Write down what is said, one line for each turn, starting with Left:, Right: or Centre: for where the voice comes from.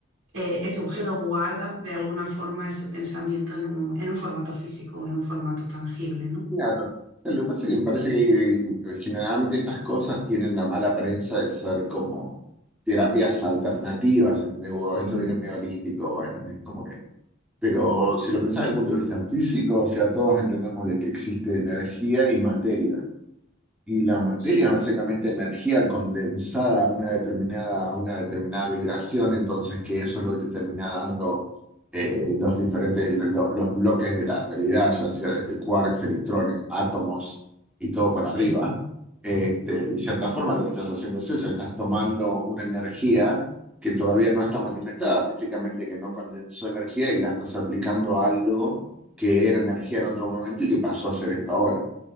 Right: eh, ese objeto guarda de alguna forma ese pensamiento en un, en un formato físico, en un formato tangible, ¿no?
Centre: Claro. Lo que pasa es que me parece que eh, generalmente estas cosas tienen la mala prensa de ser como terapias alternativas. ¿entendés? Wow, Esto
Right: Ujú,
Centre: viene medio holístico, bueno, es como que Pero si lo pensás desde el punto de vista físico, o sea, todos entendemos de que existe energía y materia. Y la materia
Right: Sí,
Centre: es básicamente energía condensada a una determinada, a una determinada vibración, entonces que eso es lo que te termina dando eh, los diferentes lo- los bloques de la realidad, ya sea desde quarks, electrones, átomos y todo para
Right: sí,
Centre: arriba. Este, de cierta forma, lo que estás haciendo es eso, estás tomando una energía que todavía no está manifestada físicamente, que no condensó energía y la estás aplicando a algo que era energía en otro momento y que pasó a ser esto ahora.